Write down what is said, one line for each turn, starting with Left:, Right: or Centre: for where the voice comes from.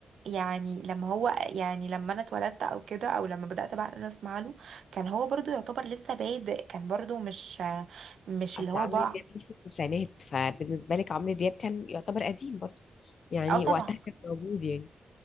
Right: يعني لما هو يعني لما انا اتولدت او كده او لما بدات بقى إن انا اسمع له كان هو برضو يعتبر لسه بادئ كان برضو مش مش
Left: اصل
Right: اللي هو
Left: عمرو
Right: بقى
Left: دياب ليه في التسعينات فبالنسبه لك عمرو دياب كان يعتبر قديم برضه يعني
Right: اه طبعا
Left: وقتها كان موجود يعني